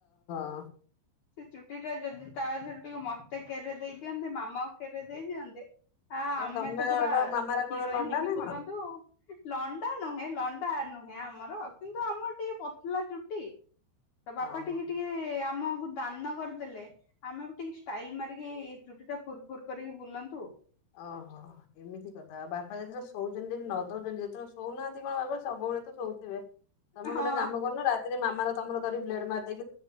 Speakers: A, on the left; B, on the left.
A: ହଁ।
B: ସେ ଚୁଟି ଟା ଯଦି ତା ଦେହରୁ ଟିକେ ମତେ କେରେ ଦେଇଦିଅନ୍ତେ ମାମାକୁ କେରେ ଦେଇ ଦିଅନ୍ତେ ହଁ
A: କାଇଁ
B: ଆମେ
A: ତମର
B: ତ ପୁରା
A: ମାମାର କଣ
B: ହିରୋଇନ
A: ଲଣ୍ଡା
B: ହେଇକି
A: ନା
B: ବୁଲନ୍ତୁ।
A: କଣ?
B: ଲଣ୍ଡା ନୁହେଁ ଲଣ୍ଡା ନୁହେଁ ଆମର କିନ୍ତୁ ଆମର ଟିକେ ପତଲା ଚୁଟି। ତ ବାପା
A: ଓହୋ।
B: ଟିକେ ଟିକେ ଆମ ତାନ କରିଦେଲେ ଆମେ ବି ଟିକେ ଷ୍ଟାଇଲ ମାରିକି ଚୁଟିଟା ଫୁୁର ଫୁୁର କରିକି ବୁଲନ୍ତୁ।
A: ଅହ ଏମିତି କଥା ଆଉ ବାପା ଯେତେଳେ ଶୋଉଚନ୍ତି ନଦୋଉଚନ୍ତି ଯେତେଳେ ଶୋଉନାହାନ୍ତି କଣ ବାପା ସବୁବେଳେ ତ ଶୋଉଥିବେ। ତମେ
B: ହଁ
A: ଗୋଟେ କାମ କରୁନ ରାତିରେ ମାମାର ତମର ଧରିି ପ୍ଲେଡ଼ ମାରିଦେଇ